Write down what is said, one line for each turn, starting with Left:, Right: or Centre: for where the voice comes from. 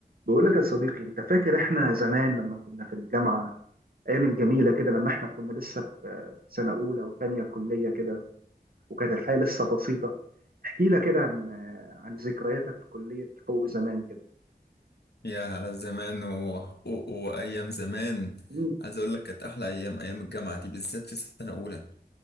Right: بقول لك يا صديقي انت فاكر احنا زمان لما كنا في الجامعه ايام الجميله كده لما احنا كنا لسه في سنه اولى وتانية كليه كده وكانت الحياه لسه بسيطه احكي لك كده عن عن ذكرياتك في كليه حقوق زمان كده
Left: يا على الزمان وحقوق وأيام زمان
Right: مم.
Left: عايز أقول لك كانت أحلى أيام أيام الجامعة دي بالذات في سنة أولى